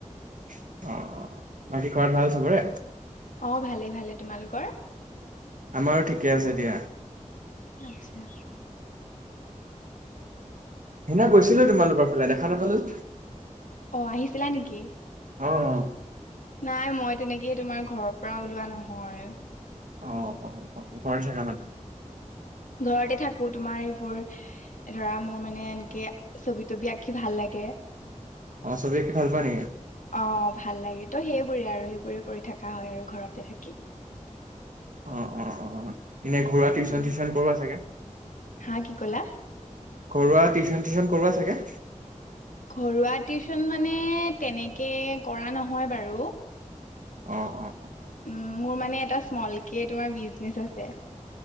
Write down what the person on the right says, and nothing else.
<unintelligible> বাকী খবৰ ভাল চবৰে?
আমাৰো, ঠিকেই আছে দিয়া।
সেইদিনা গৈছিলোঁ তোমালোকৰ ফালে দেখা নাপালো?
অ'অ'অ'
অ'অ'অ' হয় চাগে মানে।
অ'ছবি আকি ভাল পোৱা নেকি?
অ'অ'অ' এনে ঘৰুৱা টিউচন
চিউচন কৰোৱা চাগে?
ঘৰুৱা টিউচন-চিউচন কৰোৱা চাগে?
অ'অ'